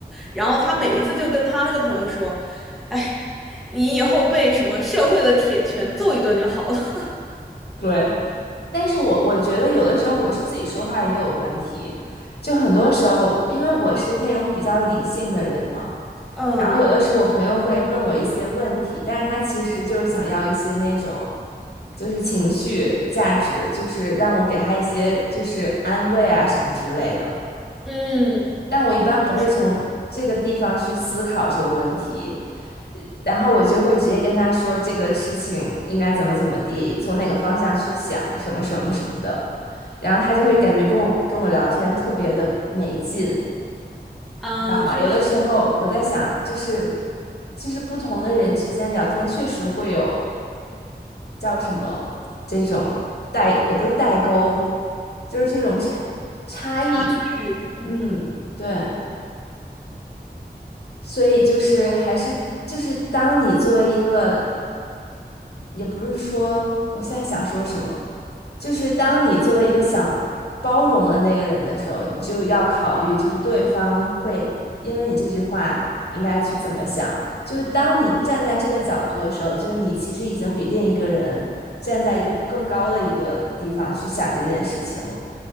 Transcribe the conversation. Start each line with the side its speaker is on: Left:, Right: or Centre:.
Centre: 然后他每一次就跟他那个朋友说：“哎，你以后被什么社会的铁拳揍一顿就好了。” <laughs>
Left: 对。但是我我觉得有的时候我是自己说话也有问题，就很多时候我因为我是那种比较理性的人嘛，
Centre: 嗯
Left: 然后有的时候我朋友会问我一些问题，但是他其实就是想要一些那种就是情绪价值，就是让我给他一些就是安慰啊什么之类的，
Centre: 嗯，
Left: 但我一般不会从这个地方去思考这个问题，
Centre: 确实，
Left: 然后我就会直接跟他说这个事情应该怎么怎么地，从哪个方向去想什么什么什么的。然后他就会感觉跟我跟我聊天特别的没劲，
Centre: 嗯，
Left: 你知道吗？
Centre: 确实，
Left: 有的时候我在想，就是就是不同的人之间聊天确实会有叫什么这种代，也不是代沟，就是这种差差异，
Centre: 差距，嗯，
Left: 嗯，对，所以就是还是就是当你作为一个，也不是说我现在想说什么，就是当你作为一个想包容的那个人的时候，你就要考虑，就是对方会因为你这句话应该去怎么想。就是当你站在这个角度的时候，就你其实已经比另一个人站在一个更高的一个地方去想这件事情了。